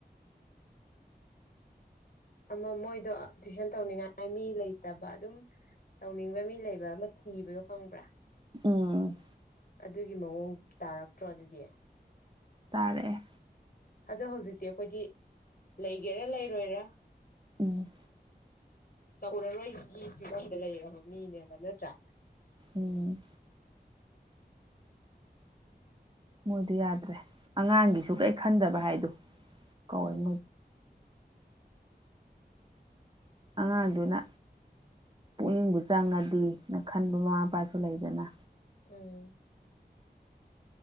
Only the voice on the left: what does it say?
ꯑꯃ ꯃꯣꯏꯗꯣ ꯇꯨꯋꯏꯁꯟ ꯇꯧꯅꯤꯡꯉꯥꯏ ꯃꯤ ꯂꯩꯇꯕ ꯑꯗꯨꯝ ꯇꯧꯅꯤꯡꯕ ꯃꯤ ꯂꯩꯕ ꯑꯃ ꯊꯤꯕꯗꯣ ꯈꯪꯕ꯭ꯔꯥ
ꯑꯗꯨꯒꯤ ꯃꯑꯣꯡ ꯇꯥꯔꯛꯇ꯭ꯔꯣ ꯑꯗꯨꯗꯤ
ꯑꯗꯣ ꯍꯧꯖꯤꯛꯇꯤ ꯑꯩꯈꯣꯏꯗꯤ ꯂꯩꯒꯦꯔꯥ ꯂꯩꯔꯣꯏꯔꯥ
ꯇꯧꯔꯔꯣꯏꯒꯤ ꯐꯤꯕꯝꯗ ꯂꯩꯔꯕ ꯃꯤꯅꯦꯕ ꯅꯠꯇ꯭ꯔꯥ
ꯎꯝ
ꯎꯝ